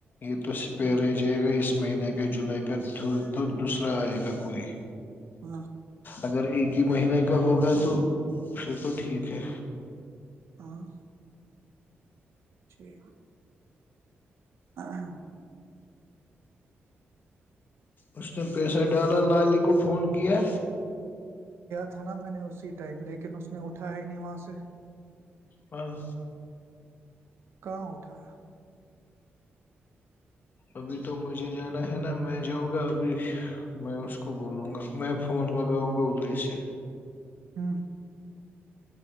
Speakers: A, on the left (about 50°); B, on the right (about 70°).
A: یہ تو سپ
B: ہاں
A: رہ جائے گا اس مہینے کے جولائی کا دول تو دوسرا آئے گا کوئی
B: ہاں
A: اگر ایک مہینے کا ہوگا تو پھر تو ٹھیک ہے
B: ہاں ٹھیک ا ہاں
A: اس نے پیسہ ڈالا لالی کو فون کیا
B: تھا نا میں نے اسی ٹائم لیکن اس نے اٹھایا ہی نہیں وہاں سے
A: ہاں
B: کہاں اٹھایا
A: ابھی تو مجھے جانا ہے نا میں جاؤں گا ابھی میں اس کو بولوں گا میں فون مگاؤں گا ادھرری سے
B: ہ